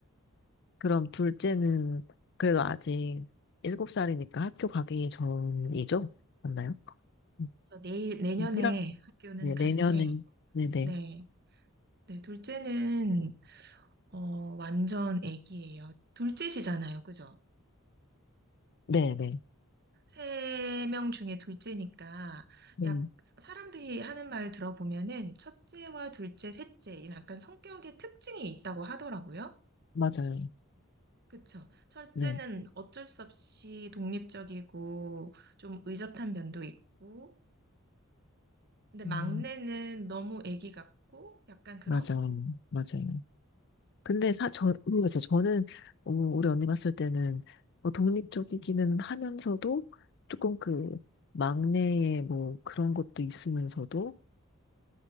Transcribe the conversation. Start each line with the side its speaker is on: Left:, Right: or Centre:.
Left: 그럼 둘째는 그래도 아직 일곱 살이니까 학교 가기 전이죠? 맞나요? 음,
Right: 그래서 내일, 내년에
Left: 음, 일학
Right: 학교는
Left: 네,
Right: 가는데,
Left: 내년에, 네네.
Right: 네, 네, 둘째는, 어, 완전 애기예요. 둘째시잖아요, 그죠?
Left: 네네.
Right: 세 명 중에 둘째니까
Left: 음,
Right: 약 사람들이 하는 말 들어보면은 첫째와 둘째, 셋째 이런 약간 성격의 특징이 있다고 하더라고요.
Left: 맞아요.
Right: 그쵸. 첫째는
Left: 네.
Right: 어쩔 수 없이 독립적이고 좀 의젓한 면도 있고 근데 막내는
Left: 음,
Right: 너무 애기 같고 약간 그런?
Left: 맞아요. 맞아요. 근데 사, 저, 모르겠어요. 저는, 어, 우리 언니 봤을 때는, 뭐 독립적이기는 하면서도, 조금 그, 막내의 뭐, 그런 것도 있으면서도,